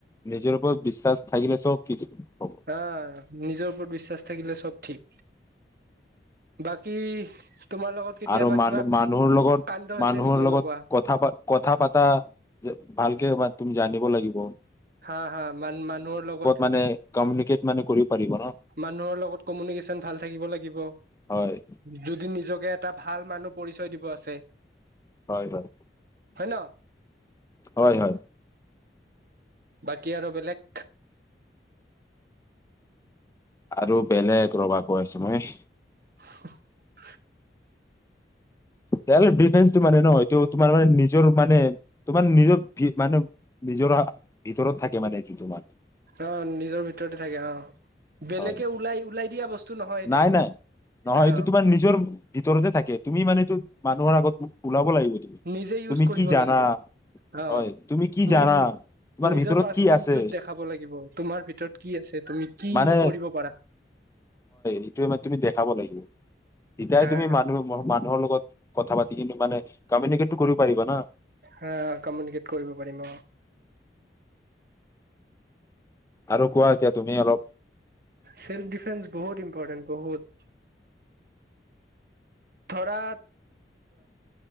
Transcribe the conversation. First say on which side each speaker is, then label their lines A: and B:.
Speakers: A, on the left (about 15°); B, on the right (about 55°).
A: নিজৰ ওপৰত বিশ্বাস থাকিলে চব কিছু হ'ব
B: হা নিজৰ ওপৰত বিশ্বাস থাকিলে চব ঠিক বাকী তোমাৰ লগত কেতিয়াবা
A: আৰু মানুহ
B: কিবা
A: মানুহৰ লগত
B: কাণ্ড হৈছে
A: মানুহৰ
B: নেকি
A: লগত
B: এনেকুৱা
A: কথা কথা পাতা যে ভালকে তুমি জানিব লাগিব জীৱন
B: হা হা মান মানুহৰ লগত
A: মানে কমিউনিকেট মানে কৰিব পাৰিব ন
B: মানুহৰ লগত কমিউনিকেশ্যন ভাল থাকিব লাগিব
A: হয়
B: যদি নিজকে এটা ভাল মানুহ পৰিচয় দিব আছে
A: হয় হয়
B: হয় ন
A: হয় হয়
B: বাকী আৰু বেলেগ
A: আৰু বেলেগ ৰবা কৈ আছো মই
B: <unintelligible>
A: চেলফ ডিফেন্সটো মানে ন এইটো তোমাৰ মানে নিজৰ মানে তোমাৰ নিজৰ মানে নিজৰ ভিতৰত থাকে মানে এইটো তোমাৰ
B: অ নিজৰ ভিতৰতে থাকে অ বেলেগে
A: হয়
B: ওলাই ওলাই দিয়া বস্তু নহয় এইটো
A: নাই নাই নহয়
B: অ
A: এইটো তোমাৰ নিজৰ ভিতৰতে থাকে তুমি মানে এইটো মানুহৰ আগত ওলাব লাগিব তুমি
B: নিজে ইউজ
A: তুমি
B: কৰিব
A: কি জানা
B: লাগিব অ
A: হয় তুমি কি
B: নি
A: জানা
B: নিজৰ
A: তোমাৰ ভিতৰত
B: পাৰ্চনেলিটি
A: কি আছে
B: দেখাব লাগিব তোমাৰ ভিতৰত কি আছে তুমি কি
A: মানে
B: কৰিব পাৰা
A: এইটোৱে তুমি দেখাব লাগিব এতিয়াই
B: হা
A: তুমি
B: হা
A: মানুহ মানুহৰ লগত কথা পাতি কিন্তু মানে কমিউনিকেটটো কৰিব পাৰিবা না
B: হা কমিউনিকেট কৰিব পাৰিম অ'
A: আৰু কোৱা এতিয়া তুমি অলপ
B: চেল্ফ ডিফেন্স বহুত ইম্পৰ্টেণ্ট বহুত ধৰা